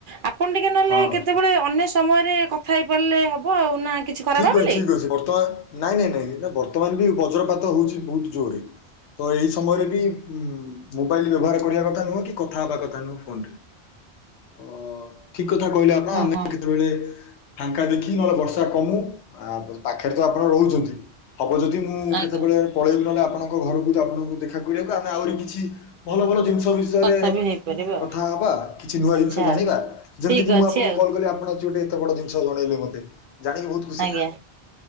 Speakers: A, on the right; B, on the left.
A: ଆପଣ ଟିକେ ନହେଲେ
B: ହଁ।
A: କେତେବେଳେ ଅନ୍ୟ ସମୟରେ କଥା ହେଇପାରିଲେ ହବ ଆଉ ନା। କିଛି ଖରାପ
B: ଠିକ
A: ଭାବିଲେ?
B: ଅଛି ଠିକ ଅଛି ବର୍ତ୍ତମାନ ନାଇଁ, ନାଇଁ, ନାଇଁ ବର୍ତ୍ତମାନ ବି ବଜ୍ରପାତ ହଉଛି ବହୁତ ଜୋରରେ। ତ ଏଇ ସମୟରେ ବି ଉ ମୋବାଇଲ ବ୍ୟବହାର କରିବା କଥା ନୁହଁ କି କଥା ହବା କଥା ନୁହଁ ଫୋନରେ। ତ ଠିକ କଥା କହିଲେ ଆପଣ
A: ହଁ
B: ଆମେ
A: ହଁ
B: କେତେବେଳେ ଫାଙ୍କା ଦେଖି ନହେଲେ ବର୍ଷା କମୁ ପାଖରେ ତ ଆପଣ ରହୁଛନ୍ତି। ହବ ଯଦି ମୁଁ
A: ଆଜ୍ଞା
B: କେତେବେଳେ - ପଳେଇବୁ ନହେଲେ ଆପଣଙ୍କ ଘରକୁ ଆପଣଙ୍କୁ ଦେଖା କରିବାକୁ। ଆମେ ଆହୁରି କିଛି ଭଲ ଭଲ ଜିନିଷ ବିଷୟରେ
A: କଥା ବି ହେଇପାରିବ ଆଉ
B: କଥା ହବା କିଛି ନୂଆ
A: ଆଚ୍ଛା
B: ଜିନିଷ ଜାଣିବା
A: ଆଉ।
B: ଯେମିତି
A: ଠିକ୍
B: କିି
A: ଅଛି
B: ମୁଁ ଆପଣଙ୍କୁ
A: ଆଉ
B: କଲ୍ କଲି ଆପଣ ଅଛି ଗୋଟେ ଏତେ କେତେ ବଡ ଜିନିଷ ଜଣେଇଲେ ମତେ। ଜଣିକି ବହୁତ୍
A: ଆଜ୍ଞା,